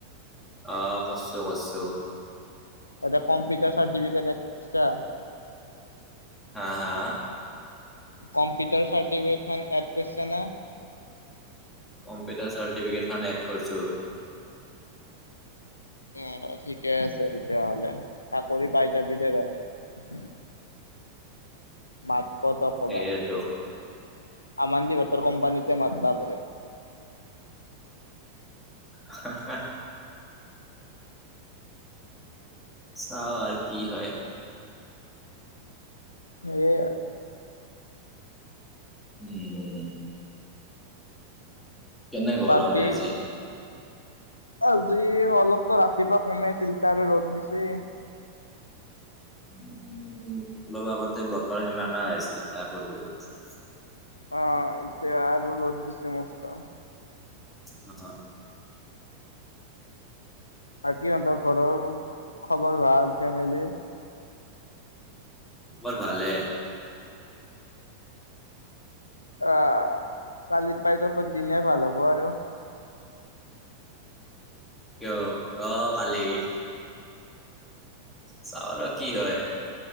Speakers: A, in the centre; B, on the left.
A: অ' কৰছো কৰছো।
B: এটা কম্পিউটাৰ চাৰ্টিফিকেট।
A: হা হা।
B: কম্পিউটাৰ চাৰ্টিফিকেটখন এড কৰিছে না।
A: কম্পিউটাৰ চাৰ্টিফিকেট খ এড কৰিছো।
B: অ ঠিকে আছে তেতিয়াহলে চাকৰি পাই যাবি দে বাই। বাত পতপবাত।
A: সেয়েতো
B: আমমান দিবত কম্পানীতে মাজটা ব।
A: হ। চাও আৰু কি হয়।
B: এই।
A: উম। কেনে গৰমে
B: বাকী
A: আজি।
B: আজি অলপতো ৰাতিপুৱা কমাইছিল তাৰ আৰু ৰ'দ দিছে।
A: উ লবাবত। ততে বতৰ সেমেকা আছিলা, কৰোত। উম।
B: অ ইতেয়া আৰু ৰ'দ বি সমস্তা।
A: হ।
B: সিহঁতৰ ঘৰৰ, খবৰ ভাল ফেমিলি।
A: বৰ ভালে।
B: আহ, কালিৰ পাই তত দিনে ভাল হ'ব আৰু।
A: কিয়, অ কালি, চাওল কি হয়।